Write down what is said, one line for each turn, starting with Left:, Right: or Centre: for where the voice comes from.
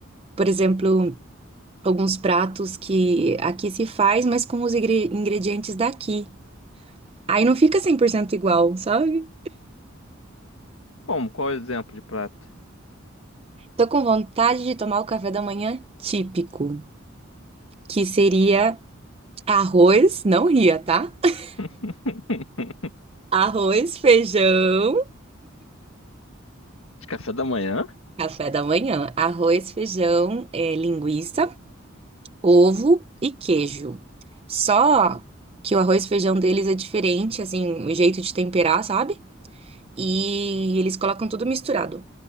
Right: por exemplo, alguns pratos que aqui se faz, mas com os ingre- ingredientes daqui. Aí não fica 100% igual, sabe?
Left: Como? Qual é o exemplo de prato?
Right: Tô com vontade de tomar o café da manhã típico, que seria arroz, não ria, tá? <laughs>
Left: <laughs>
Right: Arroz, feijão,
Left: De café da manhã?
Right: café da manhã. Arroz, feijão, é, linguiça. ovo e queijo. Só que o arroz e feijão deles é diferente, assim, o jeito de temperar, sabe? E eles colocam tudo misturado.